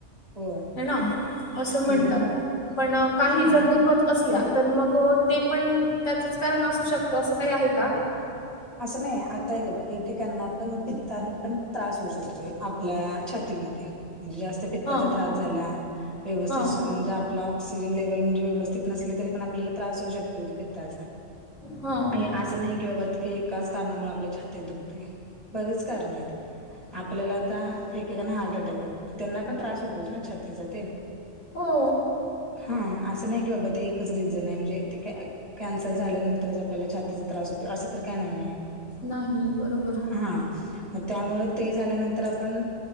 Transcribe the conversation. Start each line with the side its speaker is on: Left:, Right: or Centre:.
Right: होय.
Left: ह ना? असं म्हणतात.
Right: हं.
Left: पण काही जर
Right: हा.
Left: दुखत असल्या तर मग, ते पण त्याचंच कारण असू शकतं असं काही आहे का?
Right: असं नाही. आता हे बघ, एकेकांना पण पित्तानं पण त्रास होऊ शकतोय आपल्या छातीमध्ये. म्हणजे जास्त पित्ताचा
Left: हां,
Right: त्रास झाला, व्यवस्थित
Left: हां,
Right: सं म्हणजे आ आपला ऑक्सिजन लेवल म्हणजे व्यवस्थित नसली तरी पण आपल्याला त्रास होऊ शकतो तो पित्ताचा.
Left: हां.
Right: आणि असं नाही कि बाबा की एकाच कारणामुळे आपल्या छातीत दुखते. बरीेच कारण आहेत. आपल्याला आता, एकेकांना हार्ट अटॅक होतो. त्यांना पण त्रास होतोस ना छातीचा ते
Left: हो.
Right: हा. असं नाही की बाबा ते एकच रिझन आहे. म्हणजे ते काय कॅन्सर झाल्यानंतर आपल्याला छातीचा त्रास होतो असं तर काय नाहीयेय
Left: नाही बरोबर.
Right: हां म त्यामुळे ते झाल्यानंतर आपण